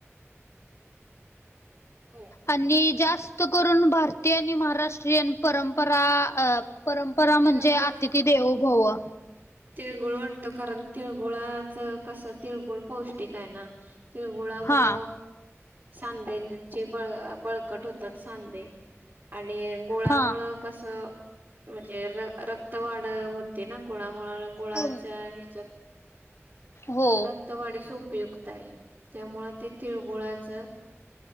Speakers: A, on the right; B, on the left.
A: होय.
B: आणि जास्त करून, भारतीय आणि महाराष्ट्रीयन परंपरा परं परा म्हणजे
A: तिळगुळ
B: आतिथी देवो भव.
A: तिळगुळ वाटतो, कारण तिळगुळाच कस तिळगुळ पोष् ष्टीक आहे ना, तिळगुळामुळ
B: हा
A: सांधेंची बळ-बळकट होतात सांधे आणि गुळामुळ
B: हा
A: कसं? म्हणजे रक्त वाढ होते ना गुळामुळ. गुळाच्या
B: हो
A: ह्याच्यात
B: हो.
A: रक्तवाढीस उपयुक्त आहे. त्यामुळ ते तिळगुळाच